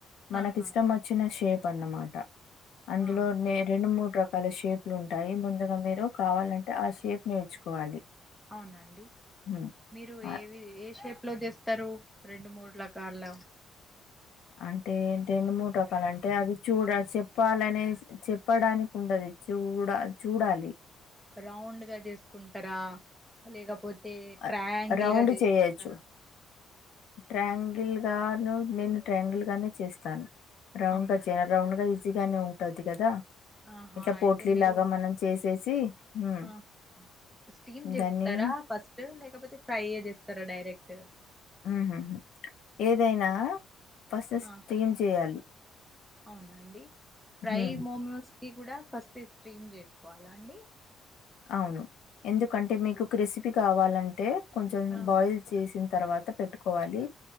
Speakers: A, on the left; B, in the centre.
A: మనకి
B: ఆహా!
A: ఇష్టం వచ్చిన షేప్ అన్నమాట అందులో
B: ఆహా!
A: రెండు మూడు రక రకాల షేప్లు ఉంటాయి. ముందుగా మీరు కావాలంటే ఆ షేప్ నేర్చుకోవాలి.
B: అవునండి
A: హ్మ్
B: మీరు
A: అ
B: ఏవి ఏ షేప్లో చేస్ స్తరు రెండు మూడు రకాల
A: అంటే రెండు మూడ్ రకాలంటే అది చూడ చెప్పాలనేస్ చెప్పడానికి ఉండదు చూ డ చూడాలి.
B: రౌండ్గ చేస్కుంటరా లేకపోతే తే
A: అ
B: ట్రాయాంగిల్గా
A: రౌండ్
B: చేస్కుంటరా
A: చేయొచ్చు ట్రయాంగిల్ గాను నేను ట్రయాంగిల్గానే చేస్తాను రౌండ్గా
B: అవునా
A: చేయను
B: అండి.
A: రౌండ్గ ఈ గానే ఉంటది కదా
B: ఆహా!
A: ఇట్ల పోట్లీ
B: అయితే మీరు
A: లాగా మనం చేసేసి హ్మ్
B: ఆ స్టీమ్ చేస్తారా
A: దాన్ని
B: ఫస్ట్ లేకపోతే ఫ్రైయే చేస్తారా డైరెక్ట్
A: మ్ హ్ ఏదైనా ఫస్ట్ స్టీమ్
B: ఆ!
A: చేయాలి.
B: అవునా అండి ఫ్రై
A: ఉమ్
B: మోమోస్కి కూడా ఫస్టే స్ట్రీమ్ చేస్కోవాలా అండి.
A: అవును ఎందుకంటే మీకు ఒక క్రేస్పీ కావాలంటే కొంచం
B: ఆహా!
A: బాయిల్ చేసి తర్వాత పెట్టుకోవాలి.